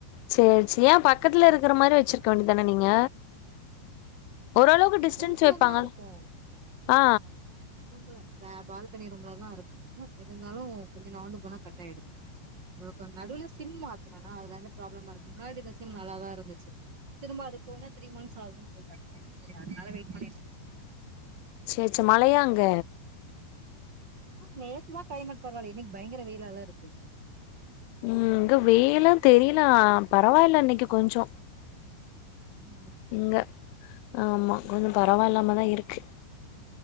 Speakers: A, on the left; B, on the right.
A: சேர் சேரி ஏ பக்கத்துல இருக்குற மாரி வச்சிருக்க வேண்டிதான நீங்க ஓரளவுக்
B: ஆனா
A: டிஸ்டன்ஸ்
B: ரூம்ல
A: வைப்பாங்க
B: தா இருக்கோ
A: ஆ
B: ரூம்ல பே பால்கனி ரூம்ல தா இருக்கும் இருந்தாலும் கொஞ்சோ நவன்டு போனா கட் ஆயிடுது அ கொஞ்சோ நடுவுல சிம் மாத்னனா அதுலந்து ப்ராப்ளமா இருக்கு முன்னாடி இருந்த சிம் நல்லாதா இருந்துச்சி திரும்ப அது போனா த்ரீ மந்த்ஸ் ஆகு சொல்லிட்டாங்க செரி அதனால வெயிட் பண்ணிட்
A: சேர் சேரி மழையா அங்க
B: ம் நேத்து லா க்ளைமேட் பரவாயில்லை இன்னைக் பயங்கர வெயில்லால இருக்கு
A: ம் இங்க வெயில்லா தெரியல ஆ பரவாயில்ல இன்னைக் கொஞ்சோ
B: ம்
A: இங்கே ஆமா கொஞ்சோ பரவாயில்லாம தா இருக்கு